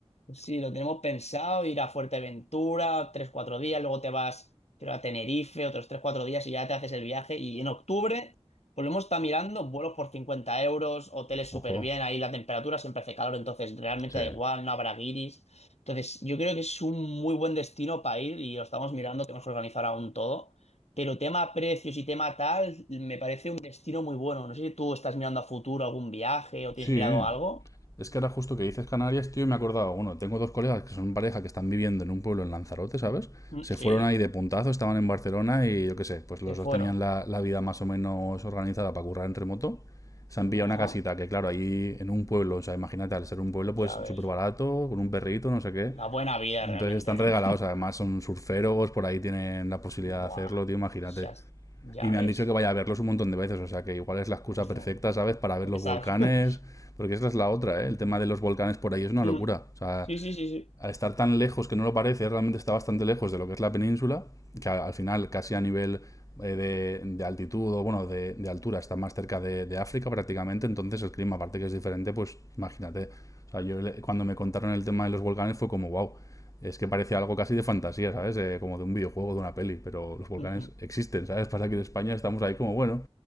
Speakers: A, on the left; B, on the left.
A: Sí, lo tenemos pensado, ir a Fuerteventura, tres cuatro días, luego te vas, creo, a Tenerife, otros tres cuatro días y ya te haces el viaje. Y en octubre, volvemos hemos estado mirando vuelos por 50 euros, hoteles súper
B: Ojo.
A: bien, ahí la temperatura siempre hace calor, entonces realmente
B: Sí.
A: da igual, no habrá guiris. Entonces, yo creo que es un muy buen destino para ir y lo estamos mirando, tenemos que organizar aún todo. Pero tema precios y tema tal, me parece un destino muy bueno. No sé si tú estás mirando a futuro algún viaje o tienes
B: Sí.
A: mirado
B: ¿eh?
A: algo.
B: Es que ahora justo que dices Canarias, tío, y me he acordado, bueno, tengo dos colegas que son pareja que están viviendo en un pueblo en Lanzarote, ¿sabes?
A: Mm,
B: Se fueron
A: Sí,
B: ahí de puntazo, estaban en Barcelona y yo qué sé, pues
A: se
B: los
A: fueron.
B: dos tenían la, la vida más o menos organizada para currar en remoto. Se han pillado
A: Ajá.
B: una casita que, claro, ahí en un pueblo, o sea, imagínate, al ser un pueblo,
A: Ya
B: pues súper
A: ves.
B: barato, con un perrito, no sé qué.
A: La buena vida
B: Entonces
A: realmente,
B: están regalados,
A: ¿eh?
B: además son surferos, por ahí tienen la
A: <laughs>
B: posibilidad
A: Buah.
B: de hacerlo, tío, imagínate.
A: Ya, es- ya
B: Y me
A: ves.
B: han dicho que vaya a verlos un montón de veces, o sea que igual es la excusa
A: Hostia.
B: perfecta, ¿sabes? Para ver los
A: Esa-
B: volcanes,
A: <laughs>
B: porque esta es la otra, ¿eh? El tema de los volcanes por ahí es una
A: Mm.
B: locura. O sea,
A: Sí, sí, sí, sí.
B: al estar tan lejos que no lo parece, realmente está bastante lejos de lo que es la península, que al, final casi a nivel eh, de, de, altitud o bueno, de, de altura está más cerca de, de, África prácticamente, entonces el clima aparte que es diferente, pues imagínate, o sea, yo cuando me contaron el tema de los volcanes fue como, wow, es que parece algo casi de fantasía, ¿sabes? Eh, como de un videojuego, de una peli, pero los volcanes
A: Ujú.
B: existen, ¿sabes? <laughs> Pasa que en España estamos ahí como, bueno,